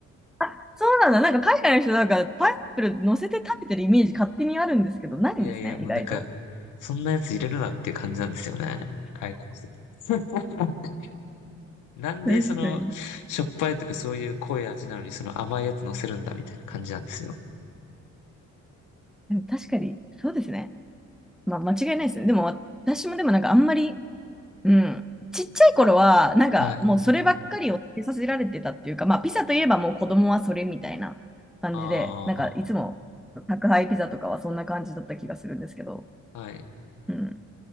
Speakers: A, in the centre; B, on the left.
A: あ、そうなんだ。なんか海外の人なんかパイナップル乗せて食べてるイメージ勝手にあるんですけど、ないんですね、
B: いやいや、もうなんか、
A: 意外と。
B: そんなやつ入れるなっていう感じなんですよね。海外の人。<laughs> なんでその、
A: 確かに。
B: しょっぱいとかそういう濃い味なのにその甘いやつ乗せるんだみたいな感じなんですよ。
A: でも確かに、そうですね。まあ、間違いないですね。でも、私もでもなんかあんまりうん。ちっちゃい頃は、なんかもうそればっかりを食べさせられてたっていうか、
B: はい。
A: まあピザといえばもう子供はそれみたいな感じで、
B: あ
A: なんかいつも宅配ピザとかはそんな感じだった気がするんですけど、
B: あ、はい。
A: うん。